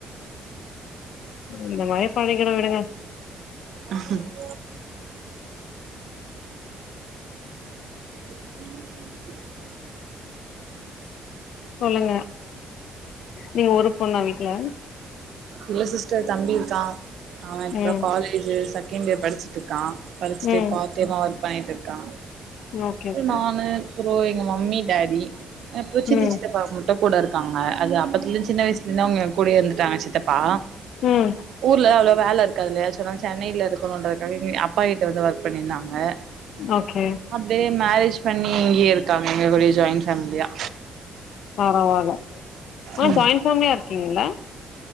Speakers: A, on the left; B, on the right.
A: இந்த மாரி பண்ணிக்கிட்டு விடுங்க
B: <inaudible> உஹ <inaudible>
A: சொல்லுங்க நீங்க ஒரு பொண்ணா வீட்ல
B: இல்ல சிஸ்டர் தம்பி இருக்கா அவ இப்பதா
A: ம்
B: காலேஜ் ஜு செகண்ட் இயர் படிச்சுட்டு இருக்கா படிச்சுட்டு
A: ம்
B: பார்ட் டைமா ஒர்க் பண்ணிட்டு இருக்கா..
A: ஓகே ஓகே
B: நானு ப்ரோ எங்க மம்மி டாடி அப்றோ சித்தி
A: ம்
B: சித்தப்பா அத்த கூட இருக்காங்க அது அப்பத்துல சின்ன வயசுல இருந்து அவங்க ஏ கூடயே இருந்துட்டாங்க சித்தப்பா
A: ம்
B: ஊர்லதா அவ்ளோ வேல இருக்காதுல்லயா சொன்னாங்க சென்னையில இருக்கணுன்றதுக்காக அப்பா கிட்ட வந்து ஒர்க் பண்ணியிருந்தாங்க
A: ஓகே
B: அப்டியே மேரேஜ் பண்ணி இங்கயே இருக்காங்க எங்க கூட ஜாயிண்ட் ஃபேமிலியா
A: பரவால்ல ஆனா
B: ம்
A: ஜாயிண்ட் ஃபேமிலியா இருக்கீங்கள